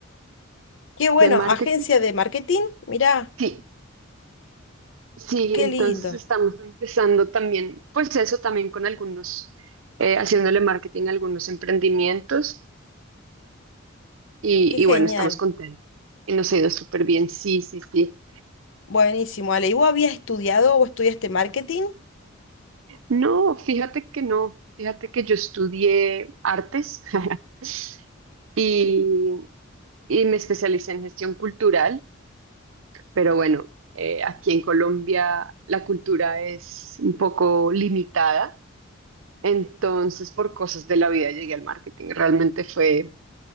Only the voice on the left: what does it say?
Qué bueno,
agencia de marketing. Mirá,
qué
lindo,
qué genial.
Buenísimo, Ale. ¿Y vos habías estudiado o estudiaste marketing?